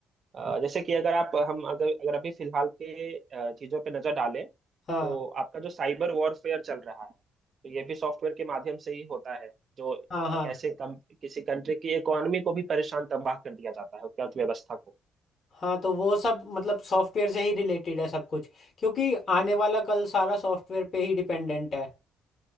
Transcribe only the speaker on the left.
हाँ
हाँ हाँ
हाँ तो वो सब मतलब सॉफ्टवेयर से ही रिलेटेड है सब कुछ क्योंकि आने वाला कल सारा सॉफ्टवेयर पे ही डिपेंडेंट है